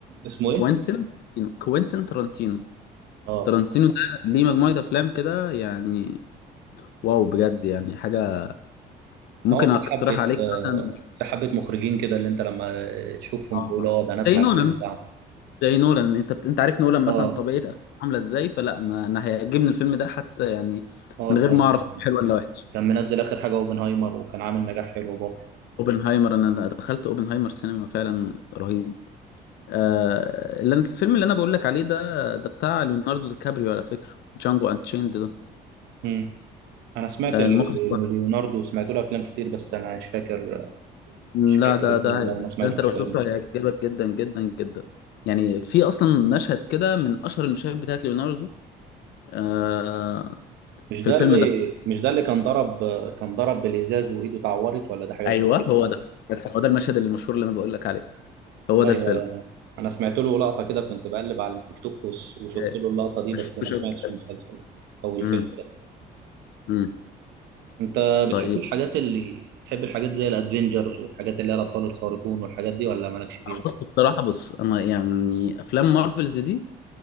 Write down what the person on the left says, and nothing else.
كوينتين كوينتين تارانتينو
تارانتينو ده ليه مجموعه افلام كده يعني واو بجد يعني حاجه ممكن
اقترح
عليك
مثلا
اه
زي نولان
زي نولان انت بت... انت عارف نولان مثلا
طبيعه افلامه عامله ازاي فلا انا انا هيعجبني الفيلم ده حتى يعني
من غير
ما اعرف هو حلو ولا وحش
اوبنهايمر انا دخلت اوبنهايمر سينما فعلا رهيب آه... اللي أنا- الفيلم اللي انا بقول لك عليه ده ده بتاع ليوناردو دي كابريو على فكره جانجو انشيند ده
آه
المخرج
لا
ده
ده
ده انت لو شفته
هيعجبك جدا جدا جدا يعني في اصلا مشهد كده من اشهر المشاهد بتاعت ليوناردو آه،
في
الفيلم
ده
ايوه
هو ده بس هو ده المشهد المشهور اللي انا بقول لك عليه هو
ده الفيلم
إيه،
مش
شفتوش
قبل كده
امم امم
طيب
بص بصراحه بص انا يعني افلام مارفلز دي